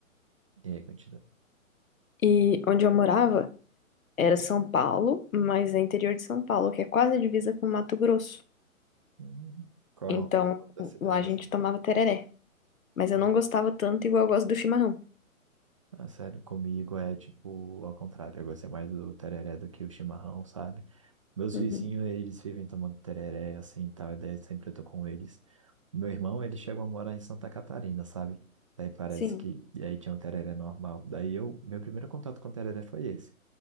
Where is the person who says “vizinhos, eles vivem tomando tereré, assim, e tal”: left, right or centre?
Right